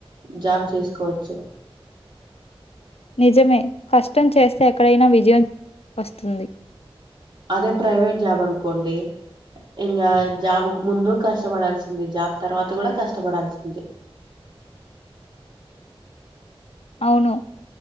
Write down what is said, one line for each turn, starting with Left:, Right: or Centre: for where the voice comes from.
Right: జాబ్ చేసుకు కోవచ్చు
Left: నిజమే కష్టం చేస్తే ఎక్కడైనా విజయం వస్తుంది
Right: అదే ప్రైవేట్ జాబ్ అనుకోండి ఇంకా జాబ్ కు ముందు కష్టపడాల్సింది జాబ్ తర్వాత కూడా కష్టపడాల్సింది
Left: అవును